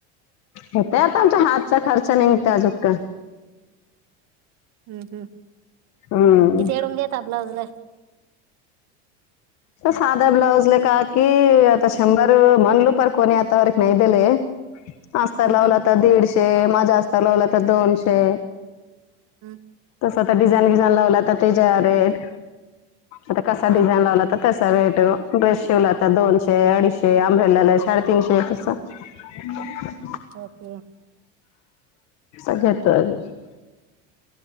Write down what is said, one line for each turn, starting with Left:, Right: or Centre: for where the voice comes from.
Left: होतय आता आमच्या हातचा खर्च निगत अजूक
Right: हम्म हम्म,
Left: हम्म
Right: किथे वेळ देता ब्लाउज ला?
Left: साध ब्लौज लेक हाकी, आता शंबर मणल पर्कणी आता वरक नैदेले अस्तर
Right: हम्म
Left: लावला
Right: हम्म
Left: तर दीडशे, माझा अस्तर लावला तर दोनशे.
Right: हम्.
Left: स्वतः डिझाईन बिझीन लावतात त्याचे रेट, आता कसा
Right: हा
Left: डिझाईन
Right: हा
Left: त रेट ड्रेस शिवलाता दोनशे, अडीचशे, अम्ब्रेला साडेतीनशे तस ह् <inaudible>
Right: ओके.
Left: अगेतो आहेजे <inaudible>